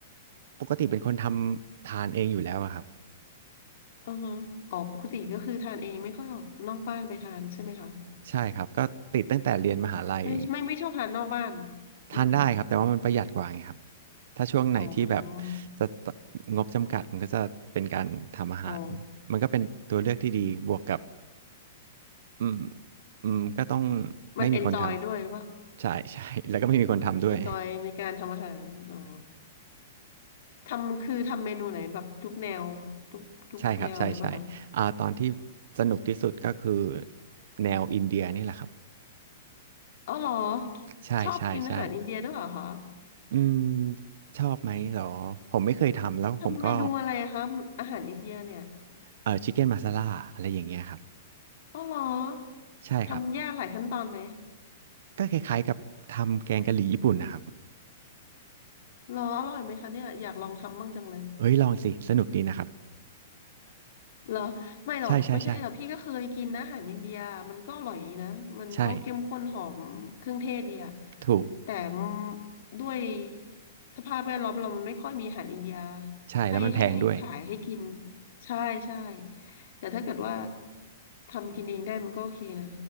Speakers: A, on the right; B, on the left.
A: ปกติเป็นคนทำทานเองอยู่แล้วอะครับ
B: อือฮะอ๋อปกติก็คือทานเองไม่ค่อยออกนอกบ้านไปทานใช่ไหมคะ
A: ใช่ครับก็ติดตั้งแต่เรียนมหาลัย
B: ไม่ไม่ไม่ชอบทานนอกบ้าน
A: ทานได้ครับแต่ว่ามันประหยัดกว่าไงครับ
B: อืม
A: ถ้าช่วงไหนที่แบบ
B: อ๋อ
A: จะงบจำกัดมันก็จะเป็นการทำอาหารมันก็เป็นตัวเลือกที่ดีบวกกับ
B: อ๋อ
A: อืมอืมก็ต้อง
B: มันเอนจอยด้วยหรือเปล่า
A: ไม่มีคนทำใช่ใช่แล้วก็ไม่มีคนทำด้วย
B: เอนจอยในการทำอาหารอ๋อ ทำคือทำเมนูไหนแบบทุกแนวทุกทุกแนวเลยป่ะคะ
A: ใช่ครับใช่ใช่อ่าตอนที่สนุกที่สุดก็คือแนวอินเดียนี่แหละครับ
B: อ๋อเหรอ
A: ใช่ใช่ใช่
B: ชอบกินอาหารอินเดียด้วยเหรอคะ
A: อืมชอบไหมเหรอผมไม่เคยทำแล้วผมก็
B: ทำเมนูอะไรคะอาหารอินเดียเนี่ย
A: เอ่อชิคเก้นมาซาล่าอะไรอย่างเงี้ยครับ
B: อ๋อเหรอ
A: ใช่ครับ
B: ทำยากหลายขั้นตอนไหม
A: ก็คล้ายๆกับทำแกงกะหรี่ญี่ปุ่นนะครับ
B: เหรออร่อยไหมคะเนี่ยอยากลองทำบ้างจังเลย
A: เอ้ยลองสิสนุกดีนะครับ
B: เหรอไม่หรอกไม่ใช่หรอกพี่ก็เคยกินนะอาหารอินเดียมันก็อร่อยดีนะมันก็เข้มข้นหอมเครื่องเทศดีอะ
A: ใช่ใช่ใช่ใช่ถูก
B: แต่ด้วยสภาพแวดล้อมเรามันไม่ค่อยมีอาหารอินเดีย
A: ใช่แล้วมันแพงด้วย
B: ให้ให้ให้ขายให้กินใช่ใช่แต่ถ้าเกิดว่าทำกินเองได้มันก็โอเคนะ